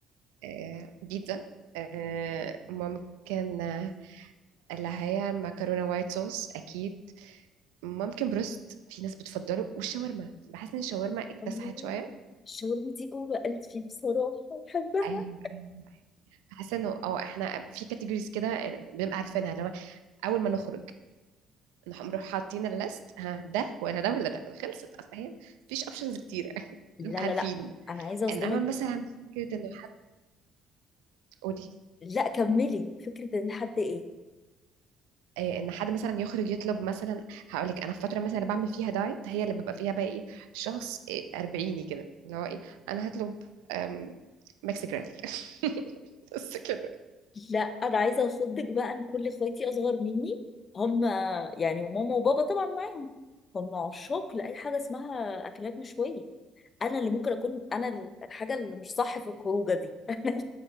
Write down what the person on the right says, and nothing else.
آه بيتزا آه ممكن آه، اللي هي المكرونة وايت صوص أكيد ممكن بروست في ناس بتفضله والشاورما بحس إن الشاورما اكتسحت
شوية
أيوه أيوه أيوه. بحس إنه أه إحنا في كاتيجوريز كده آه، بنبقى عارفينها اللي هو أول ما نخرج نروح حاطين الليست ها ده ولا ده ولا ده خلصت اصل هي مفيش اوبشنز كتيره <laughs>
بنبقى
عارفين
انما مثلا فكره انه حد قولي
إيه ان حد مثلا يخرج يطلب مثلا هقول لك انا في فتره مثلا اللي بعمل فيها دايت هي اللي ببقى فيها بقى ايه شخص إيه اربعيني كده اللي هو ايه انا هطلب أم، ميكس جريل <laughs> بس كده